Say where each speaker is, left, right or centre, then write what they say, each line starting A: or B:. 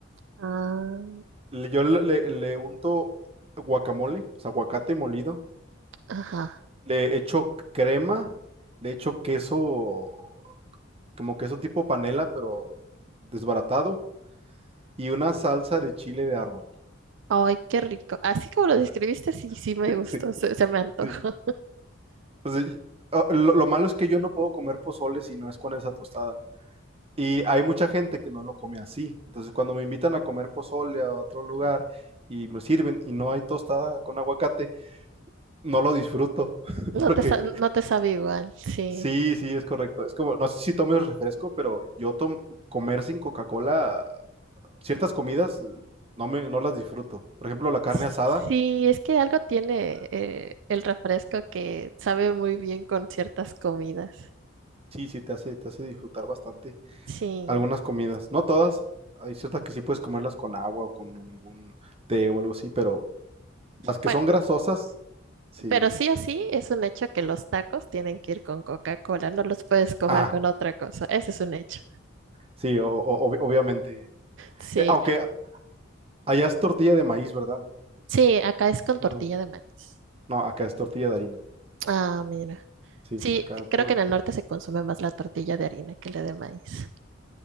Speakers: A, on the right; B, on the right.
A: Ah,
B: Le- Yo le, le- le unto guacamole, o sea, aguacate molido.
A: ajá.
B: Le echo crema, le echo queso, como queso tipo panela, pero desbaratado. Y una salsa de chile de árbol.
A: Ay, qué rico. Así como lo
B: O
A: describiste,
B: sea,
A: sí, sí me
B: <laughs>
A: gustó,
B: sí,
A: se, se me antojó.
B: sí. O sea, y- ah, lo, lo malo es que yo no puedo comer pozole si no es con esa tostada. Y hay mucha gente que no lo come así. Entonces, cuando me invitan a comer pozole a otro lugar y me sirven y no hay tostada con aguacate, no lo disfruto. <laughs>
A: No
B: Porque
A: te, sa- no te sabe igual, sí.
B: Sí, sí, es correcto. Es como, no sé si tomes refresco, pero yo tom- comer sin Coca-Cola, ciertas comidas eh, no me, no las disfruto. Por ejemplo, la carne
A: Sí,
B: asada,
A: es que algo tiene eh, el refresco que sabe muy bien con ciertas comidas.
B: sí, sí, te hace, te hace disfrutar bastante
A: Sí.
B: algunas comidas. No todas, hay ciertas que sí puedes comerlas con agua o con algún té o algo así, pero las que
A: Bueno,
B: son grasosas, sí.
A: pero sí o sí es un hecho que los tacos tienen que ir con Coca-Cola, no los puedes comer
B: Ah,
A: con otra cosa, ese es un hecho.
B: sí, o- o- obvi- obviamente.
A: Sí,
B: Eh, aunque allá es tortilla de maíz, ¿verdad?
A: sí, acá es con
B: No,
A: tortilla de maíz.
B: no, acá es tortilla de harina.
A: Ah, mira.
B: Sí,
A: Sí,
B: acá
A: c- creo
B: puro.
A: que en el norte se consume más la tortilla de harina que la de maíz.